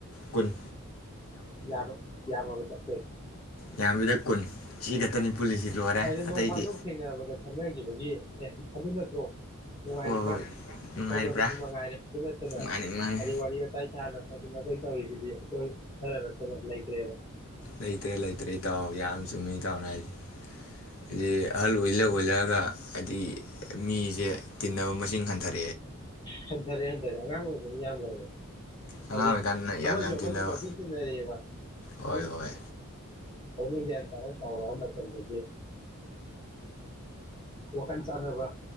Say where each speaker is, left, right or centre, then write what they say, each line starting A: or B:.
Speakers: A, on the left; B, on the left.
A: ꯀꯨꯟ
B: ꯌꯥꯕ ꯌꯥꯝꯃꯕꯅꯤ ꯆꯠꯇꯣꯏ
A: ꯌꯥꯝꯕꯗ ꯀꯨꯟ ꯁꯤ ꯈꯛꯇꯅꯤ ꯄꯨꯜꯂꯤꯁꯤ ꯂꯣꯏꯔꯦ
B: ꯑꯗꯨ ꯅꯣꯡ
A: ꯑꯇꯩꯗꯤ
B: ꯐꯥꯗꯣꯛ ꯊꯦꯡꯅꯕꯗ ꯈꯪꯅꯈꯤꯕꯒꯤ ꯑꯦ ꯑꯗꯨ ꯅꯠꯇ꯭ꯔꯣ ꯅꯨꯡꯉꯥꯏꯔꯤꯕ꯭ꯔꯥ
A: ꯍꯣꯏ ꯍꯣꯏ ꯅꯨꯡꯉꯥꯏꯔꯤꯕ꯭ꯔꯥ
B: ꯀꯧꯅꯕꯗꯨ ꯃꯉꯥꯏꯔꯦ ꯑꯗꯨ ꯅꯠꯇꯅ
A: ꯃꯥꯅꯤ ꯃꯥꯅꯤ
B: ꯑꯗꯩ ꯋꯥꯔꯤ ꯋꯥꯇꯥꯏ ꯁꯥꯥꯅ ꯑꯗꯨꯅ ꯑꯩꯈꯣꯏ ꯇꯧꯔꯤꯁꯤꯗꯤ ꯑꯩꯈꯣꯏ ꯈꯔꯒ ꯆꯠꯂ ꯂꯩꯇ꯭ ꯔꯦꯕ
A: ꯂꯩꯇ꯭ꯔꯦ ꯂꯩꯇ꯭ꯔꯦ ꯏꯇꯥꯎ ꯌꯥꯝ ꯆꯨꯝꯃꯤ ꯏꯇꯥꯎꯅ ꯍꯥꯏꯁꯦ ꯑꯗꯤ ꯑꯍꯜ ꯑꯣꯏ ꯂꯧ ꯕꯣꯏꯂꯔꯒ ꯍꯥꯏꯗꯤ ꯃꯤꯁꯦ ꯇꯤꯟꯅꯕ ꯃꯁꯤꯡ ꯍꯟꯊꯔꯦ
B: ꯍꯟꯊꯥꯔꯦ ꯍꯟꯊꯥꯔꯦ ꯑꯉꯥꯡ ꯑꯣꯏ ꯌꯥ ꯇꯦ
A: ꯑꯉꯥꯡ
B: ꯑꯗꯦ
A: ꯑꯣꯏꯔꯤꯀꯥꯟꯗꯅ ꯌꯥꯝ
B: ꯑꯃꯁꯨ
A: ꯌꯥꯝ
B: ꯑꯃꯁꯨ
A: ꯇꯤꯟꯅꯕ
B: ꯄ ꯆꯤꯟꯇꯅꯔꯦ ꯏꯕ
A: ꯍꯣꯏ
B: ꯎꯝ
A: ꯍꯣꯏ
B: ꯐꯂ ꯟ ꯇꯔ ꯆꯥꯎꯥꯎ ꯅ ꯆꯟ꯭ꯔꯒꯤ ꯋꯥꯈꯜ ꯆꯥꯟꯅꯕ